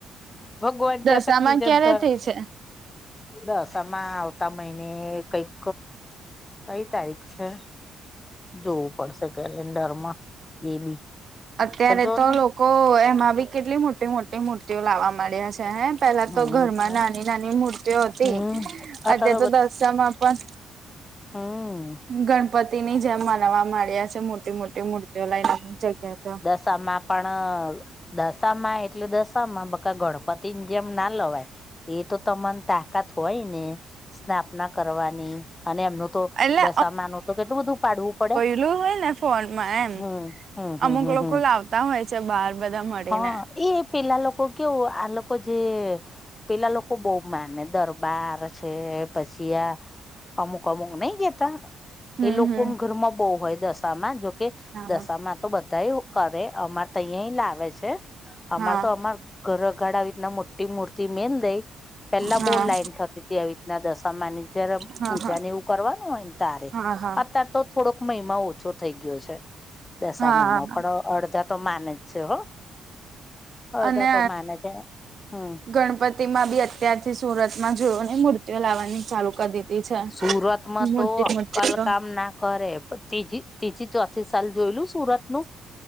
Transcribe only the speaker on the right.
દશામાં
ક્યારે થઈ છે
અત્યારે
તો
લોકો એમાં બી કેટલી મોટી મોટી મૂર્તિઓ લાવવા માંડ્યા સે હે પેલા
તો ઘરમાં નાની નાની મૂર્તિઓ અતી
અતે તો દસામાં પન
ગણપતિ ની જેમ મનાવા માંડ્યા છે મોટી મોટી મૂર્તિઓ લઈને જગ્યા તો
એટલે
એટલું હોય ને ફોન માં એમ
અમુક
લોકો
લાવતા હોય છે બહાર બધા મળીને
હમ
હમ
હા
હા
હા
હા
હા
હા હા
હા
અને
ગણપતિ બી અત્યારથી સુરત માં જોઓ ની મૂર્તિઓ લાવવાની ચાલુ કરી દીધી છે
મોટી
મોટી તો